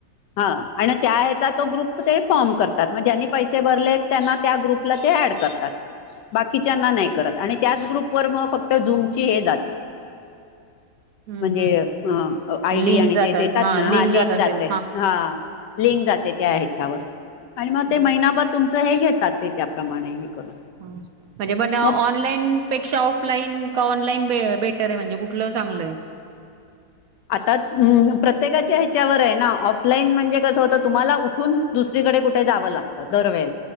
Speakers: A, on the left; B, on the right.
A: हा आणि त्या ह्याचा तो ग्रुप ते फॉर्म करतात म्हनी प भरले त्यां त्या ग्रुपला ड करतात बात आणि त्याच ग्रुप व मक्त जम जे
B: हम्म
A: म्हणजे
B: हम्म
A: आयडी
B: लिंक
A: आणि
B: जात
A: ते देतात ना हा लिंक
B: जात
A: जाते
B: असेल
A: हा लिंक जाते त्या ह्याच्यावर आणि मग
B: हम्म,
A: ते महिनाभर तुमच हे घेतात ते त्याप्रमाणे करून
B: म्हणजे पण ऑनलाईन
A: मग
B: पेक्षा ऑफलान ऑनलाईन ब बेटर आहे म्हणजे कुठलं चांगलंय
A: आता प्रत्येकाच्या ह्याच्यावर आहे ना ऑफलाईन म्हणजे कसं होतं तुम्हाला उठून दुस कुठे जाव लागत दरवे